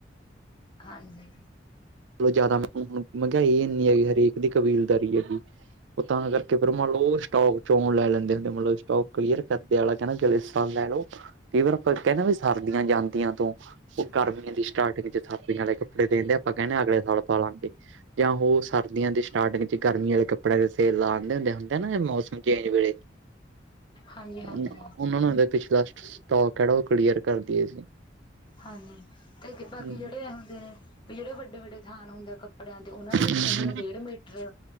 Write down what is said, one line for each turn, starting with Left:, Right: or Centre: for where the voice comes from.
Left: ਹਾਂਜੀ
Right: ਚਲੋ ਜ਼ਿਆਦਾ ਹੁ ਮਹਿੰਗਾਈ ਇੰਨੀ ਹੈਗੀ, ਹਰੇਕ ਦੀ ਕਬੀਲਦਾਰੀ ਹੈਗੀ ਉਹ ਤਾਂ ਕਰਕੇ ਫਿਰਰ ਮੰਨ ਲ ਉਹ ਸਟੋਕ ਚੋਣ ਲੈ ਲੈਂਦੇ ਹੁੰਦੇ। ਮਤਲਬ ਸਟੋਕ ਕਲੀਅਰ ਕਰ। ਆ ਕਹਿੰਦਾ ਜਲ ਸਤਾਨ ਲੈ ਲਓ। ਫੇਰ ਕਹਿੰਦਾ ਵੀ ਸਰਦੀਆਂ ਜਾਂਦੀਆਂ ਤੋਂ। ਉਹ ਗਰਮੀਆਂ ਦੀ ਸਟਾਰਟਿੰਗ ਚ ਥਦੀਆਂ ਵਾਲੇ ਕੱਪੜੇ ਦਿੰਦੇ ਆ। ਆਪਾਂ ਕਹਿੰਦੇ ਅਗਲੇ ਸਾਲ ਪਾ ਲਾਂਗੇ। ਜਾਂ ਹੋ ਸਰਦੀਆਂ ਦੀ ਸਟਾਰਟਿੰਗ ਚ ਗਰਮੀ ਦੇ ਕੱਪੜਿਆਂ ਦੇ ਤੇ ਲ ਆਉਂਦੇ ਹੁੰਦੇ ਹੁੰਦੇ ਨਾ। ਮੌਸਮ ਚੇਂਜ ਵੇਲੇ
Left: ਹਾਂਜੀ-ਹਾਂਜੀ।
Right: ਉਹਨਾਂ ਨੂੰ ਇਹਦਾ ਪਿਛਲਾ ਸ਼ਟੋਕ ਜਿਹੜਾ ਉਹ ਕਲੀਅਰ ਕਰ ਦਈਏ ਅਸੀਂ।
Left: ਹਾਨੀ ਤੇ ਬਾਕੀ
Right: ਹੂੰ,
Left: ਜਿਹੜੇ ਹੁੰਦੇ ਨੇ। ਵੀ ਜਿਹੜੇ ਵੱਡੇ ਵੱਡੇ ਥਾਨ ਹੁੰਦੇ ਆ। ਕੱਪੜਿਆਂ ਦੇ ਉਹਨਾਂ ਦੇ ਵਿੱਚੋਂ
Right: ਹੂੰ,
Left: ਜਿਵੇਂ ਡੇਢ ਮੀਟਰ